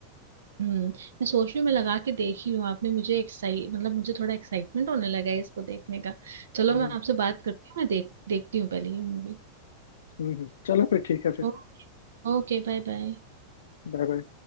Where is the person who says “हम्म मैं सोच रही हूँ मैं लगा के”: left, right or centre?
Right